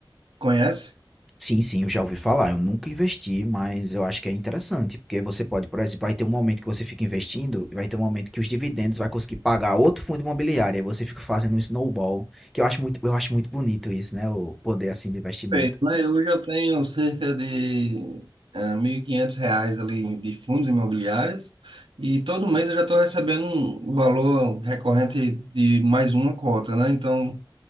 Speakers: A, on the right (about 75°); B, in the centre.
A: Conhece?
B: Sim, sim, eu já ouvi falar. Eu nunca investi, mas eu acho que é interessante, porque você pode, por exemplo, vai ter um momento que você fica investindo, e vai ter um momento que os dividendos vai conseguir pagar outro fundo imobiliário, aí você fica fazendo um snowball, que eu acho muito, eu acho muito bonito isso, né? O poder assim do investimento.
A: Perfeito, né? Hoje eu tenho cerca de ah, 1.500 reais ali de fundos imobiliários e todo mês eu já estou recebendo um valor recorrente de mais uma cota, né? Então,